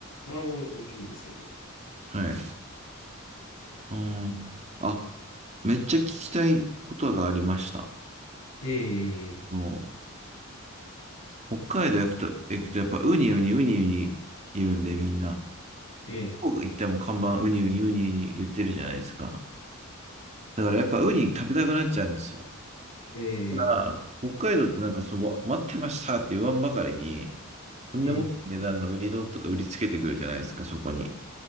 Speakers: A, on the left (about 70°); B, on the right (about 35°).
A: 花丸も大きいんですけど。
B: はい。あーあ、めっちゃ聞きたいことがありました。
A: ええ
B: もう、北海道行くと、行くとやっぱウニウニウニウニ言うんでみんな。
A: ええ
B: 僕行っても看板ウニウニウニ言ってるじゃないですか。だからやっぱウニ食べたくなっちゃうんですよ。
A: ええ
B: ただ、北海道ってなんかその、待ってましたって言わんばかりに、とんでもない値段のウニ丼とか売りつけてくるじゃないですか、
A: ええ
B: そこに。